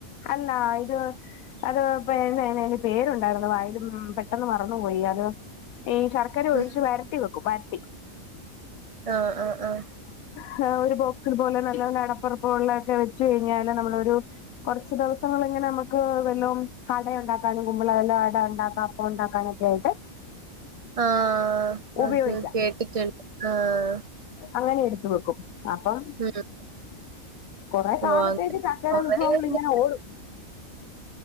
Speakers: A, on the left (about 80°); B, on the right (about 35°).
A: അല്ലാ ഇത് അത് പിന്നെ <unintelligible> പേരൊണ്ടായിരുന്നു വായിലും പെട്ടെന്ന് മറന്നുപോയി അത് ഈ ശർക്കര
B: ഉം
A: ഒഴിച്ച് വരട്ടി വെക്കും വര്
B: ആഹ് ആഹ് ആഹ്
A: ഹാ ഒരു ബോക്സിത് പോലെ നല്ല നല്ല അടപ്പൊറപ്പൊള്ള ഒക്കെ വെച്ച് കഴിഞ്ഞാല് നമ്മളൊരു കൊറച്ച് ദെവസങ്ങളിങ്ങനെ നമുക്ക് വല്ലോം അടയൊണ്ടാക് ക്കാനും കുമ്പിളെല അട ഇണ്ടാക്കാം അപ്പം ഒണ്ടാക്കാനൊക്കെ ആയിട്ട്
B: ആഹ്
A: ഉപയോഗിക്കാം
B: അത് കേട്ടിട്ടുണ് ആഹ്
A: അങ്ങനെ എടുത്തു വെക്കും അപ്പം
B: ഉം
A: കൊറേ കാലത്തേക്ക്
B: ഓഹ് അങ്ങനെ
A: ചക്കേട
B: കൊറേ
A: വിഭവങ്ങളിങ്ങനെ
B: ഉണ്ട്
A: ഓടും